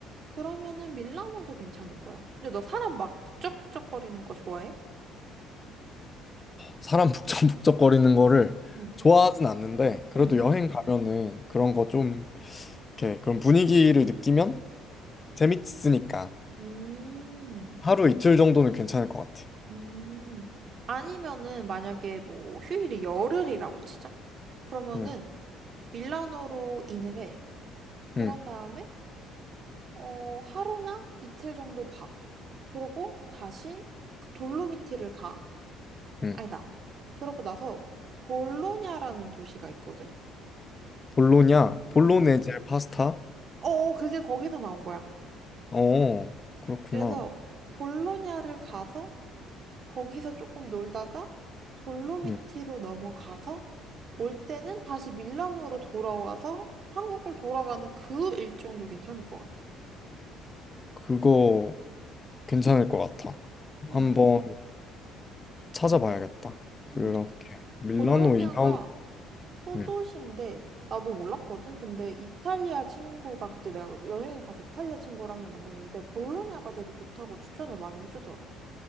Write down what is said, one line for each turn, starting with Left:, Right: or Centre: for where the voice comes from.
Right: 그러면은 밀라노도 괜찮을 거야. 근데 너 사람 막 북적북적거리는 거 좋아해?
Left: 사람 북적북적거리는 거를
Right: 응,
Left: 좋아하진 않는데, 그래도
Right: 응.
Left: 여행 가면은 그런 거 좀, 이렇게 그런 분위기를 느끼면 재밌으니까
Right: 음.
Left: 하루 이틀 정도는 괜찮을 것 같아.
Right: 음, 아니면은 만약에 뭐 휴일이 열흘이라고 치자. 그러면은
Left: 응,
Right: 밀라노로 인을 해. 그런
Left: 응,
Right: 다음에 어, 하루나 이틀 정도 봐. 그러고 다시 그 돌로미티를 가.
Left: 응.
Right: 아니다. 그러고 나서 볼로냐라는 도시가 있거든.
Left: 볼로냐? 볼로네제
Right: 응.
Left: 파스타?
Right: 어, 그게 거기서 나온 거야.
Left: 어, 그렇구나.
Right: 그래서 볼로냐를 가서 거기서 조금 놀다가 돌로미티로
Left: 응,
Right: 넘어가서 올 때는 다시 밀라노로 돌아와서 한국을 돌아가는 그 일정도 괜찮을 것 같아.
Left: 그거 괜찮을 것 같아.
Right: 응,
Left: 한번 찾아봐야겠다. 그렇게.
Right: 응.
Left: 밀라노
Right: 볼로냐가
Left: 인아웃.
Right: 소도시인데
Left: 음.
Right: 나도 몰랐거든. 근데 이탈리아 친구가 그때 내가 여행을 가서 이탈리아 친구를 한 번 만났는데 볼로냐가 되게 좋다고 추천을 많이 해주더라고.